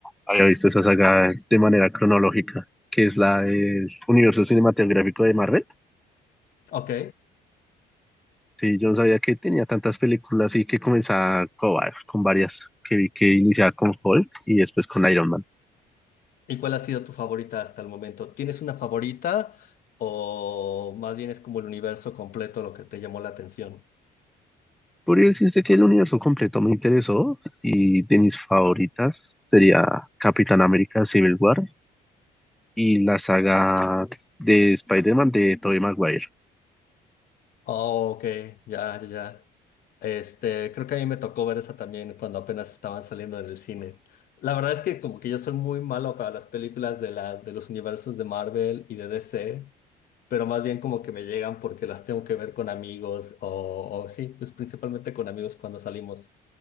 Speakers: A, in the centre; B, on the left.
A: había visto esa saga de manera cronológica, que es la del universo cinematográfico de Marvel.
B: Ok.
A: Sí, yo no sabía que tenía tantas películas y que comenzaba con, va- con varias, que vi que iniciaba con Hulk y después con Iron Man.
B: ¿Y cuál ha sido tu favorita hasta el momento? ¿Tienes una favorita o más bien es como el universo completo lo que te llamó la atención?
A: Podría decirse que el universo completo me interesó y de mis favoritas sería Capitán América Civil War y la saga de Spider-Man de Tobey Maguire.
B: Oh, ok, ya, ya, ya. Este, creo que a mí me tocó ver esa también cuando apenas estaban saliendo en el cine. La verdad es que como que yo soy muy malo para las películas de la, de los universos de Marvel y de DC, pero más bien como que me llegan porque las tengo que ver con amigos o, o sí, pues principalmente con amigos cuando salimos.